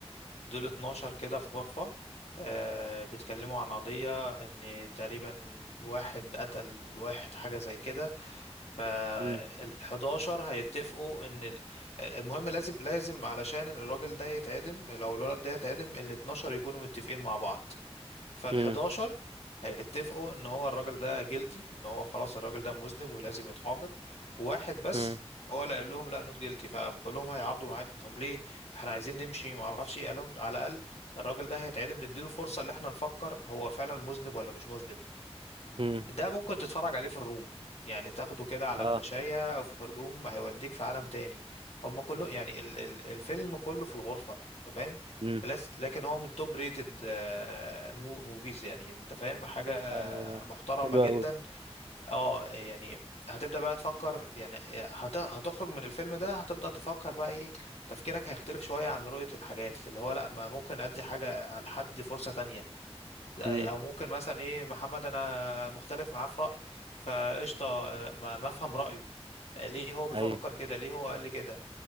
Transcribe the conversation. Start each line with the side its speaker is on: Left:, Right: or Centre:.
Left: دول 12 كده في غرفة آه، بيتكلموا عن قضية ان تقريبا واحد قتل واحد حاجة زي كده فال11
Right: امم
Left: هيتفقوا ان ال- المهم لازم لازم علشان الراجل ده يتعدم لو الولد ده يتعدم ال12 يكونوا متفقين مع بعض فال11
Right: امم
Left: هيتفقوا ان هو الراجل ده جيلتي ان هو خلاص الراجل ده مذنب ولازم يتعاقب واحد بس
Right: امم
Left: هو اللي قال لهم لا نوت جيلتي فكلهم هيعارضوا معاك طب ليه احنا عايزين نمشي ما اعرفش ايه قال لهم على الاقل الراجل ده هيتعدم نديله فرصة ان احنا نفكر هو فعلا مذنب ولا مش مذنب
Right: امم
Left: ده ممكن تتفرج عليه في الروم يعني تاخده كده على
Right: اه
Left: فلاشاية في الروم هيوديك في عالم تاني هما كله يعني ال ال الفيلم كله في الغرفة انت فاهم
Right: امم
Left: لس- لكن هو من توب ريتد آه، مو موفيز يعني انت فاهم حاجة
Right: آه.
Left: محترمة
Right: حلو
Left: جدا
Right: قوي
Left: اه يعني هتبدأ بقى تفكر يعني آه، هت... هتخرج من الفيلم ده هتبدأ تفكر بقى ايه تفكيرك هيختلف شوية عن رؤية الحاجات اللي هو لا ما ممكن ادي حاجة لحد فرصة تانية او
Right: امم
Left: ممكن مثلا ايه محمد انا مختلف معاه في رايي فقشطه آه، ما ما افهم رايه آه، ليه هو بيفكر
Right: ايوه
Left: كده ليه هو قال لي كده